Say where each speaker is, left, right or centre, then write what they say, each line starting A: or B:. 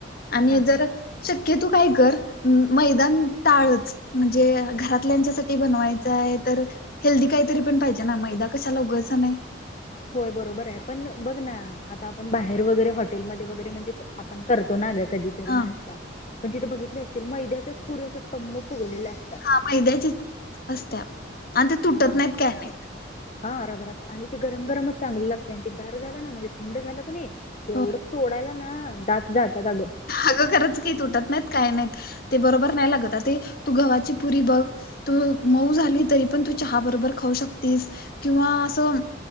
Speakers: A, on the left (about 50°); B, on the left (about 35°).
A: आणि
B: हा
A: जर
B: हा
A: शक्य तू काय कर मैदान टाळच. म्हणजे घरातल्यांच्यासाठी बनवायचं आहे, तर हेल्दी काहीतरी पण पाहिजे ना मैदा. कशाला लोघाचं नाही.
B: होय बरोबर आहे पण बघ ना आता आपण बाहेर वगैरे, हॉटेलमध्ये वगैरे, म्हणजे आपण करतो ना ग कधी तरी
A: हां,
B: नाश्ता पण तिथं बघितली असशील मैद्याच्याच पुरे अस टम्म फुगलेल्या अस
A: हा मैद्याचीच असत्या आणि ते तुटत
B: हा
A: नाहीत काय नाहीत.
B: हा रबरच आणि ती गरम गरमच चांगली लागते, आणि ते गार झालं ना म्हणजे थंड झालं कनी ते
A: होय.
B: एवढंच तोडायला ना दात जात्यात अगं!
A: अगं खरंच की तुटत नाहीत काय नाहीत ते बरोबर नाही लागत आ ते तू गव्हाची पुरी बघ. तू मऊ झाली तरी पण तू चहा बरोबर खाऊ शकतेस, किंवा असं